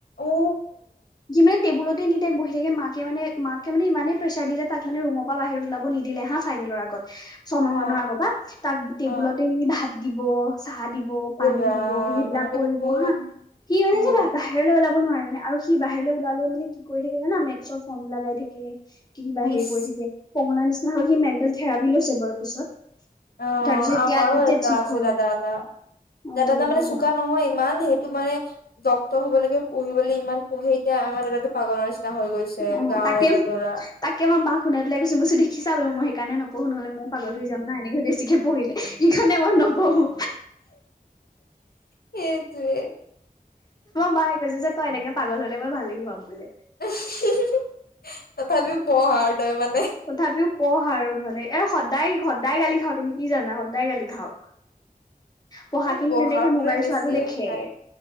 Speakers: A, on the left (about 80°); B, on the left (about 25°).
A: ও
B: যি মানে টেবুলত এনি টাইম বহি থাকে, মাকে মানে মাকে মানে ইমানেই প্ৰেছাৰ দিলে, তাক মানে ৰুমৰ পৰা বাহিৰ ওলাব নিদিলে হা ফাইনেলৰ আগত ছমাহ
A: অ',
B: মানৰ আগৰ পৰা, তাক টেবুলতে
A: অ',
B: নি ভাত দিৱ স' চাহ দিব, পানী
A: এই ৰাম
B: দিব, সেইবিলাক
A: এনেকে
B: কৰিব
A: দেখোন
B: হা, কি মানে
A: উম,
B: যোবা বাহিৰলৈ ওলাব নোৱাৰে মানে আৰু সি বাহিৰলৈ ওলালেও মান কি কৰি থাকে জানা মেথ্ছৰ ফৰ্মুলা গাই থাকে কি কিবা হেৰি
A: ইচ
B: কৰি থাকে, পগলা নিচ নহলে সি মেটেল থেৰাপি লৈছে বাৰু পিছত
A: অঁ
B: তাৰপিছত এতিয়া
A: আমাৰো
B: এতিয়া
A: এটা
B: ঠিক
A: আছে,
B: হ'ল
A: দাদা এটা,
B: অ
A: দাদা
B: তেনেকুৱা
A: এটা মানে
B: হয়
A: চোকা নহয় ইমান, সেইটো মানে ডক্তৰ হবলৈকে পঢ়িবলৈ ইমান পঢ়ে এতিয়া আমাৰ দাদাটো পাগলৰ হৈ গৈছে
B: অঁ
A: গাঁৱৰ
B: তাকে,
A: এটা ল'ৰা।
B: তাকে মই মাক শুনাই পেলাই কৈছো দেখিছা বোলো মই কানে ন পঢ়ো নহলে, মই পাগল হৈ যাম না এনেকে বেছিকে পঢ়িলে, সিখনে মই নপঢ়ো।
A: সেইটোৱে
B: মায়ে কৈছে যে তই এনেকে পাগল হলে মই ভালে পাম বুলে।
A: আহ <inaudible> তথাপিও পৰহ আৰু তয় মানে
B: তথাপিও পঢ় আৰু মানে, এ' সদায় সদায় গালি খাওঁ, তুমি কি জানা সদায় গালি খাওঁ পঢ়া খিনি
A: পঢ়াক
B: নেদেখে মোবাইল
A: লৈ বেছিয়ে
B: চোৱাটো দেখে
A: খায়,